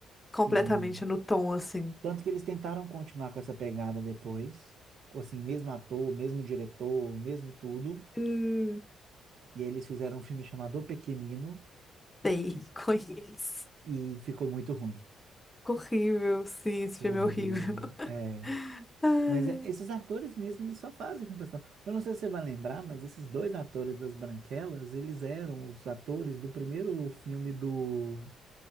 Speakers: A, on the right; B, on the left.
A: Sim.
B: completamente no tom, assim.
A: Tanto que eles tentaram continuar com essa pegada depois, com, assim, mesmo ator, mesmo diretor, mesmo tudo,
B: Hum,
A: e aí eles fizeram um filme chamado O Pequenino
B: sei, <laughs> conheço.
A: e ficou muito ruim.
B: Horrível, sim,
A: Ficou
B: esse filme
A: horrível.
B: é horrível. <laughs>
A: É.
B: Ai.
A: Mas é, esses atores mesmo, eles só fazem filme pessoal. Eu não sei se você vai lembrar, mas esses dois atores das Branquelas, eles eram os atores do primeiro filme do